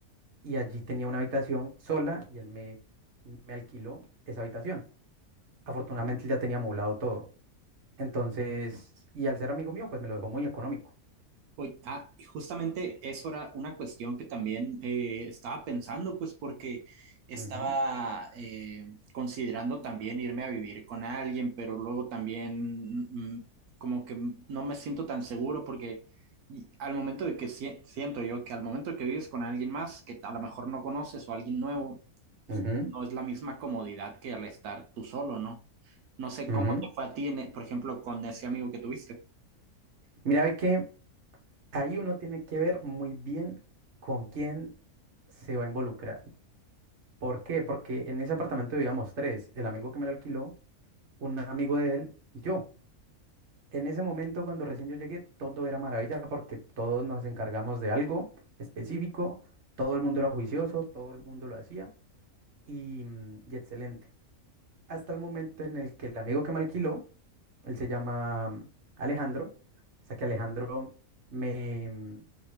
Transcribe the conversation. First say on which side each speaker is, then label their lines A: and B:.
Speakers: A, on the right (about 50°); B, on the right (about 85°).
A: y allí tenía una habitación sola y él me, me alquiló esa habitación. Afortunadamente, él ya tenía amoblado todo. Entonces, y al ser amigo mío, pues me lo dejó muy económico.
B: Oye, ah, y justamente eso era una cuestión que también eh, estaba pensando, pues porque estaba
A: Ujú,
B: eh, considerando también irme a vivir con alguien, pero luego también mm, mm, como que no me siento tan seguro porque y al momento de que sie- siento yo que al momento que vives con alguien más que a lo mejor no conoces o alguien nuevo, pues
A: ujú,
B: no es la misma comodidad que al estar tú solo, ¿no? No sé
A: ujú.
B: cómo te fue a ti, en e- por ejemplo, con ese amigo que tuviste.
A: Mira, ve que ahí uno tiene que ver muy bien con quién se va a involucrar. ¿Por qué? Porque en ese apartamento vivíamos tres, el amigo que me lo alquiló, un amigo de él y yo. En ese momento, cuando recién yo llegué, todo era maravilla porque todos nos encargamos de algo específico, todo el mundo era juicioso, todo el mundo lo hacía y, mm, y excelente. Hasta el momento en el que el amigo que me alquiló, él se llama mm, Alejandro, o sea que Alejandro me, mm,